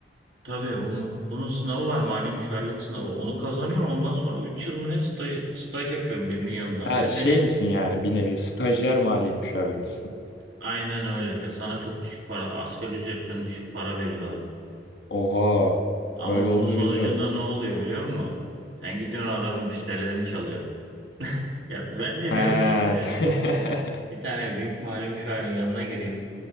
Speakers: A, on the right; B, on the left.
A: Tabii bu, bunun sınavı var mali müşavirlik sınavı. Onu kazanıyorsun ondan sonra 3 yıl mı ne staj, staj yapıyorsun birinin yanında.
B: Ha
A: Ve seni
B: şey misin yani bir nevi stajyer maliye müşavir misin?
A: aynen öyle ve sana çok düşük para asgari ücretten düşük para veriyorlar.
B: Oha.
A: Ama
B: Öyle olduğunu
A: bunun sonucunda
B: bilmiyordum.
A: ne oluyor biliyor musun? Sen gidiyorsun adamın müşterilerini çalıyor. Ya ben de
B: He.
A: diyorum ki işte
B: <laughs>
A: bir tane büyük mali müşavirin yanına gireyim.